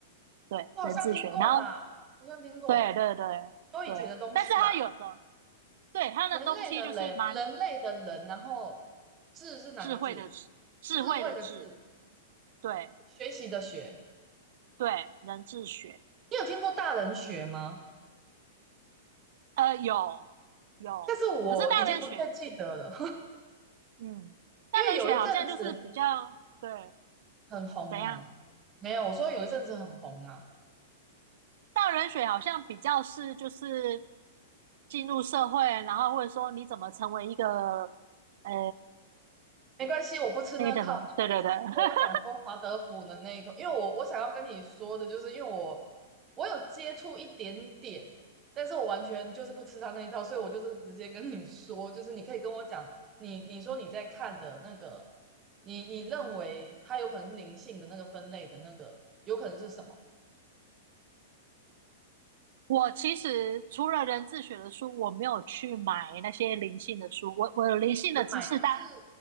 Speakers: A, on the right; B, on the right.
A: 对人智学，
B: 我好像听过啦，
A: 然后。
B: 好像听过，
A: 对对对
B: 都以前的东西吧。
A: 对，但是他有时候对他的东西就是蛮
B: 人类的人，人类的人，然后智是哪个字？
A: 智慧的智，智慧的智，
B: 智慧的智，
A: 对
B: 学习的学。
A: 对，人智学，
B: 你有听过大人学吗？
A: 呃，有有，
B: 但是我已经不太记得了，
A: 可是大人学，嗯，
B: <laughs>
A: 大人学好像就是比较对
B: 因为有一阵子很红啊。
A: 怎样，
B: 没有，我说有一阵子很红啊。
A: 大人学好像比较是就是进入社会，然后或者说你怎么成为一个呃
B: 没关系，我不吃那套，
A: 那个叫什么？
B: 你可以直接跟我讲说华德福的那一个，
A: 对对对，<laughs>
B: 因为我我想要跟你说的就是，因为我我有接触一点点，但是我完全就是不吃他那一套，所以我就是直接跟你说，就是你可以跟我讲，你你说你在看的那个，你你认为它有可能是灵性的那个分类的那个，有可能是什么？
A: 我其实除了人自学的书，我没有去买那些灵性的书。我我有灵性的知识，
B: 要买就是
A: 但